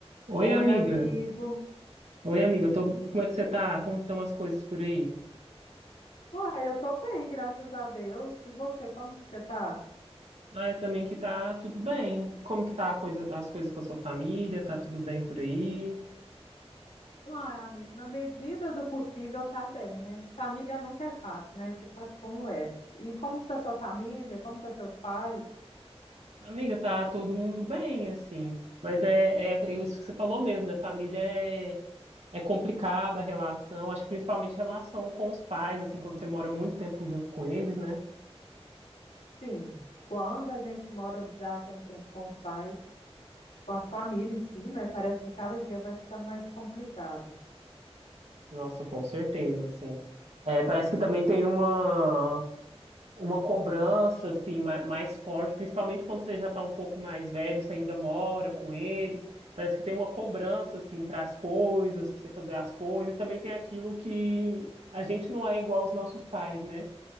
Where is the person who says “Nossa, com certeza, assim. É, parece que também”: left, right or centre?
Right